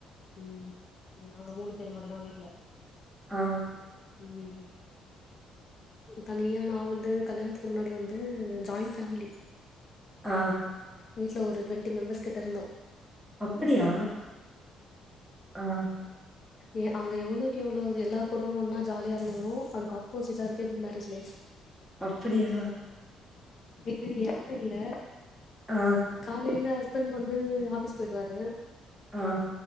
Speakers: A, on the left; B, in the centre.
A: ம் நாங்க மூனு பேரு மட்டுதா வீட்ல
B: ஆ
A: ம் தனியா நா வந்து கல்யாண்த்துக்கு முன்னாடி வந்து ஜாயிண்ட் ஃபேம்லி
B: ஆ
A: வீட்ல ஒரு டுவெண்ட்டி மெம்பர்ஸ் கிட்ட இருந்தோ
B: அப்பிடியா ஆ
A: எ அங்க எவ்ளோக்கெவ்ளோ அது எல்லார் கூட ஒன்னா ஜாலியா இருந்தனோ அதுக்கு ஆப்போசிட்டா இருக்க இந் மேரேஜ் லைஃப்
B: அப்புடியா
A: இப்ப இங்க யாரூ இல்ல
B: அ
A: காலைல ஹஸ்பண் வந்து ஆஃபிஸ் பொய்டுவாரு
B: ஆ